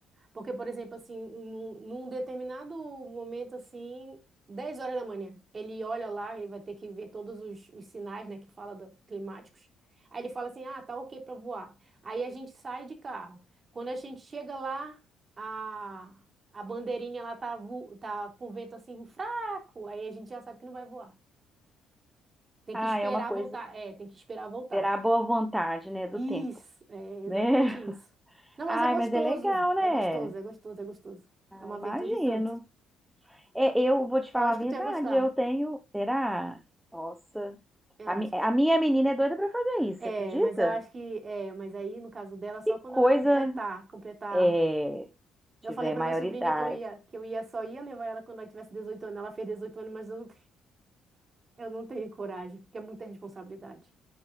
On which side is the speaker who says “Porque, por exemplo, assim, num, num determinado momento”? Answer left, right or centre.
Right